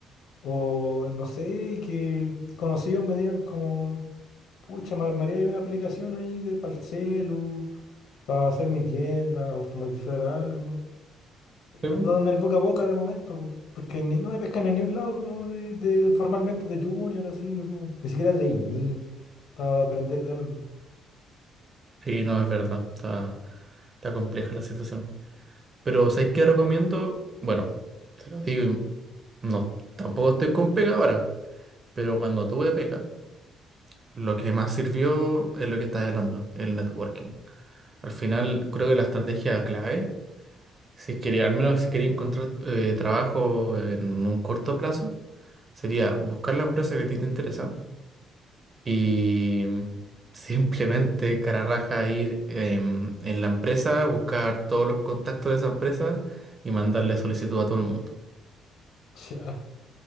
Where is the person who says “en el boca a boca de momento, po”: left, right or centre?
Left